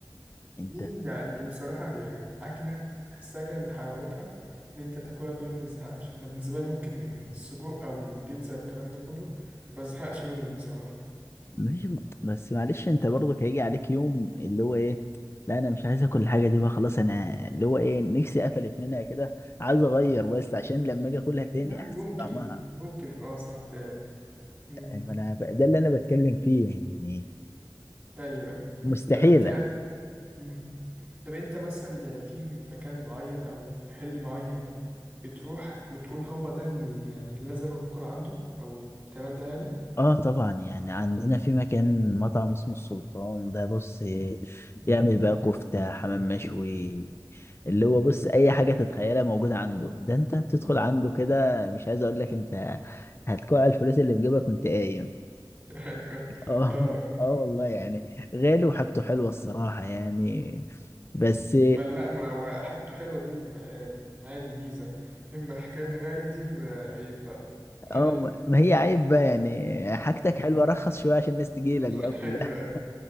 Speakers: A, on the left (about 30°); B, on the right (about 25°).
A: انت
B: مين يعني بصراحة يعني أكلة تحسها كده من حلاوتها إن أنت تاكلها كل يوم متزهقش أنا بالنسبة لي ممكن السجق أو البيتزا والكلام ده كله مزهقش منهم بصراحة
A: مش بس معلش انت برضك هيجي عليك يوم اللي هو ايه لا انا مش عايز اكل الحاجه دي بقى خلاص انا اللي هو ايه نفسي قفلت منها كده عايز اغير بس عشان لما اجي اكلها
B: ممكن
A: تاني
B: يعني
A: احس
B: ممكن
A: بطعمها
B: ممكن اه صح فعلا مم.
A: يعني انا ب- ده اللي انا بتكلم فيه يعني
B: ايوه ايوه
A: مستحيل
B: طب انت يعني مم. طب انت مثلا يعني في مكان معين او محل معين بتروح بتقول هو ده ال- يعني اللي لازم اكل عنده او الكلام ده يعني
A: اه طبعا يعني عندنا في مكان مطعم اسمه السلطان ده بص
B: مم.
A: يعمل بقى كفتة حمام مشوي اللي هو بص اي حاجة تتخيلها موجودة عنده ده انت بتدخل عنده كده مش عايز اقول لك انت هتكوع الفلوس اللي في جيبك وانت قايم
B: <laughs> ايوه
A: <laughs> اه
B: اه اه
A: اه والله يعني غالي وحاجته حلوة الصراحة يعني بس
B: ما لا ما هو حاجته حلوه دي م- آه، عادي ميزه اما حكايه غالي دي الم- عيب بقى فاهم
A: اه ما هي عيب بقى يعني حاجتك
B: مم.
A: حلوة رخص شوية عشان الناس تجيلك
B: <laughs>
A: بقى كلها
B: ايوه ايوه